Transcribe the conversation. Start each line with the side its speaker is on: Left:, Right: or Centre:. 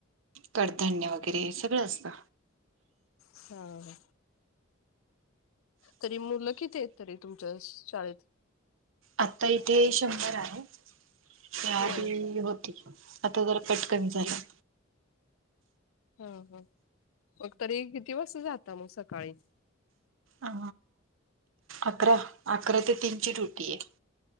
Right: कडधान्य वगैरे हे सगळं असतं.
Left: ह हा. तरी मुलं किती आहेत तरी तुमच्या शाळेत?
Right: आता इथे शंभर आहेत त्याआधी
Left: होय
Right: हो आता जरा पट कमी झाला.
Left: हा हा मग तरी कितीवासता जाता मग सकाळी
Right: आ अकरा अकरा ते तीनची डूटी ए